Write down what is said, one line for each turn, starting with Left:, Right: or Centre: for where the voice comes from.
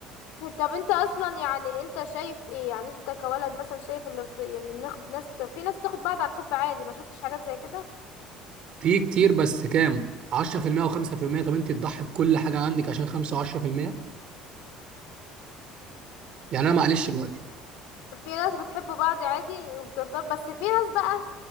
Left: طب انت اصلا يعني انت شايف ايه يعني انت كولد مثلا شايف اللي يعني ناخد ناس طب في ناس بتاخد بعض عن حب عادي ما شفتش حاجات زي كده
Right: في كتير بس كام 10% او 5% طب انت تضحي بكل حاجه عندك عشان 5 و10% يعني انا معلش دلوقتي
Left: في ناس بتحب بعض عادي وبترتبط بس في ناس بقى